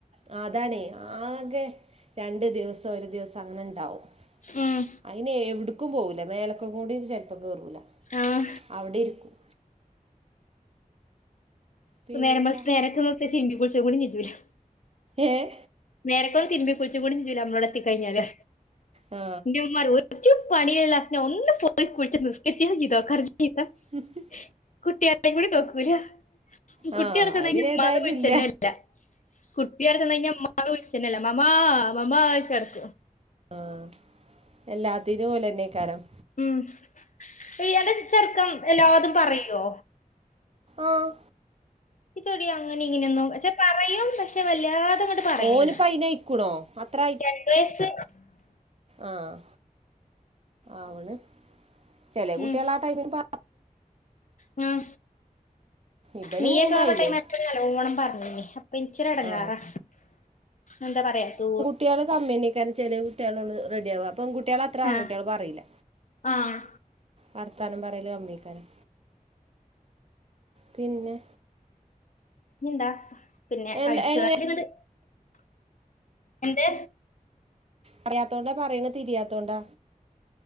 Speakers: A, on the right (about 45°); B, on the left (about 60°).
A: ആഹ് അതാണേ ആകെ രണ്ടു ദിവസം ഒരു ദിവസം അങ്ങനെ ഇണ്ടാവും
B: ഉം
A: അയിന് എവിടുക്കും പോവൂല്ല മേലകുംകൂടി ചെലപ്പോ കേറൂല
B: ആഹ്
A: അവിടെ ഇരിക്കും പിന്നെന്താ
B: നേരം വെള്ത്ത് നേരത്തെിന് തിരിമ്പി കുളിച്ചും കൂടിചെയ്യൂല്ല.
A: ഏഹ്
B: നേരം വെള്ത്ത് തിരുമ്പി കുള്ച്ചും കൂടി ചെയ്യൂല്ല നമ്മള് വിടെ എത്തിക്കഴിഞ്ഞാല്
A: ആ
B: ഇന്റെ ഉമ്മറയും ഒരു ഒരൂ പണില്ലാ ഒന്ന് പോയി കുള്ച്ച് നിസ്കരിചെങ്കിലും ചെയ്തോക്ക ചീത്ത
A: <unintelligible>
B: <unintelligible> നോക്കൂല്ല കുട്ടി
A: ആ
B: അവ്ടെ ചെന്നായ്ഞ്ഞാല്
A: അത് പിന്നെ
B: ഉമ്മാന്നു
A: ഏതായാലും
B: വിള്ച്ചന്നെല്ല
A: ഇല്ല
B: കുട്ടി അവ്ടെ ചെന്നയ്ഞ്ഞ മ്മ മ്മാന്ന് വുള് ചെന്നെല്ല മാമ മാമ്മ വു വിള്ച്ചടക്കും
A: ആഹ് എല്ലാത്തിനും ഓലെന്നെ ആക്കാരം
B: ഉം എടി അന്റെ ചെറുക്കം എല്ലാതും പറയോ
A: ആഹ്
B: ഇത് ഡീ അങ്ങനെ ഇങ്ങനെയൊന്നും പെചെ പറയും പക്ഷെ വല്ലാതെങ്ങട്ട് പറയില്ല
A: ഓനിപ്പ അയിനയിക്കണോ അത്ര
B: രണ്ട് വയസ്സ്
A: ആഹ് ആവ്ണ് ചെല കുട്യാള്
B: ഉം
A: ആഹ് ടൈമിന് പറ
B: ഉം
A: ഇബന്
B: നിയൊക്കെ
A: മൂന്നായില്ലേ
B: ആഹ് ടൈമില് എപ്പഴും നല്ലോണം പറഞ്ഞീനി അപ്പൊച്ച് രടെങ്ങേറാ
A: ആ
B: എന്താ പറയാ തൂ
A: കുട്യാള് കമ്മിന്നേക്കാരം ചെല കുട്യാ ള്ളൊ ള്ളൂ റെഡിയാവ പെൺകുട്ട്യാളത്ര ആൺകുട്യാള്
B: ആഹ്
A: പറീല്ല
B: ആഹ്
A: വർത്താനം പറയല് കമ്മേക്കാരം പിന്നെ
B: എന്താ പിന്നെ
A: എല്ല
B: അടിചേരല്ങ്ങട്ട്
A: എങ്ങനെ
B: എന്ത്
A: പറയത്തോണ്ടാ പറയണ തിരിയാത്തോണ്ടാ